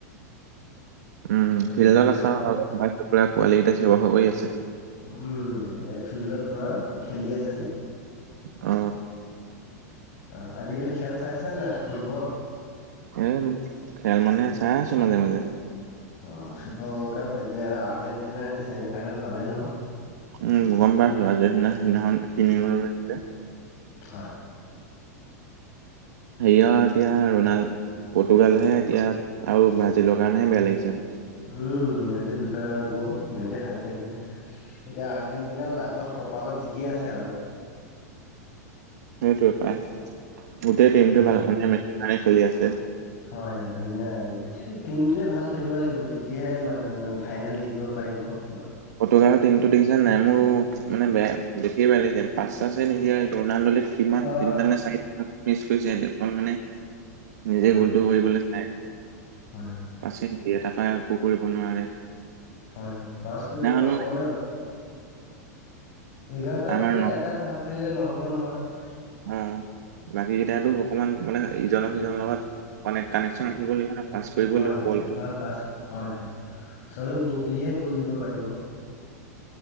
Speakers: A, on the right (about 75°); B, on the left (about 50°).
A: উম
B: সেইটোৱে
A: ফিল্ডত আছা
B: খাব
A: আৰু গাই পোৱালি কেইটা চিয়ৰ - বাখৰ কৰি আছে।
B: উম, এই ফিল্ডত পুৰা খেলি আছে যে।
A: অ
B: আ, আজিকালি খেল চাইছা নাই ফুটবল?
A: এ, খেল মানে চাই আছো মাজে - মাজে।
B: অ ফিফা ৱৰ্ল্ড কাপ এতিয়া আৰ্জেণ্টিনা এ ছেমি ফাইনেল পালে নহয়?
A: উম, গম পা লোৱা যিদিনা সিদিনাখন তিনি লিছে <inaudible>
B: হয়।
A: হেৰিয় এতিয়া ৰুণাল পৰ্টুগালহে এতিয়া আৰু ব্ৰাজিলৰ কাৰণেহে বেয়া লাগিছে।
B: উম, সিহঁতে দুটা গ'ল, সিহঁতে হাৰি থাকিলে। এতিয়া আৰ্জেণ্টিনাও লাকত কপালত জিকি আছে আৰু।
A: সেইটোৱে পাই, গোটেই
B: এতিয়া
A: টিমটো
B: কি হ'ব।
A: ভাল মানে ভালে খেলি আছে।
B: হয় হয়, ধুনীয়া এ টিমটোৱে ভাল খেলিব লাগিব তেতিয়াহে মা ফাইনেল জিকিব পাৰিব বা
A: পৰ্তুগালৰ টিমটো দেখিছা নাই মোৰ মানে বেয়া দেখিয়ে বেয়া লাগিছিল। পাঁচ আছে নিদিয়া ৰনাল্ডলে কিমান
B: হয়,
A: তিনিটা নে চাৰি মিচ কৰিছে এনেখন মানে নিজে
B: হয়, হয়,
A: গুলটো কৰিবলৈ চাই।
B: হয় হয়।
A: পাছে <unintelligible> একো কৰিব নোৱাৰে।
B: হয়, হয়, পাছ কৰিব
A: সিদিনাখনো
B: অকলে এঘাৰটাৰ
A: আমাৰ
B: ভিতৰত
A: ন
B: এটাই ভাল খেলিলে নহ'ব নহয়।
A: উম, বাকী কেইটাতো অকমান মানে ইজনৰ-সিজনৰ
B: হয়,
A: লগত মানে কানেকশচন ৰাখিব লাগিব
B: হয়,
A: না, পাছ কৰিব
B: হয়
A: লাগিব বলটো।
B: হয় পাছ হয়, হয়, চবেই মিলিহে গুল দিব পাৰিব।